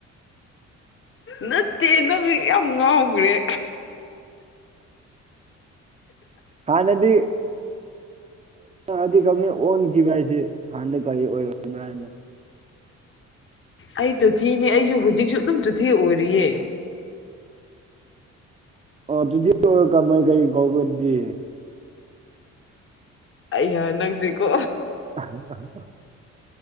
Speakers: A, on the left; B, on the right.
A: ꯅꯠꯇꯦ ꯅꯪ ꯌꯥꯝ ꯉꯥꯎꯈ꯭ꯔꯦ
B: ꯍꯥꯟꯅꯗꯤ ꯑꯗꯨ ꯀꯅ ꯑꯣꯟꯈꯤꯕ ꯍꯥꯏꯁꯦ ꯍꯥꯟꯅ ꯀꯔꯤ ꯑꯣꯏꯔꯕ꯭ꯔꯥꯅꯦ
A: ꯑꯩ ꯆꯣꯊꯤꯅꯦ ꯑꯩꯁꯨ ꯍꯧꯖꯤꯛꯁꯨ ꯑꯗꯨꯝ ꯆꯣꯊꯤ ꯑꯣꯏꯔꯤꯌꯦ
B: ꯑꯣ ꯑꯗꯨꯗꯤ ꯀꯃꯥꯏ ꯀꯔꯤ ꯀꯧꯕꯗꯤ
A: ꯑꯩꯅ ꯅꯪꯁꯤꯀꯣ
B: <unintelligible>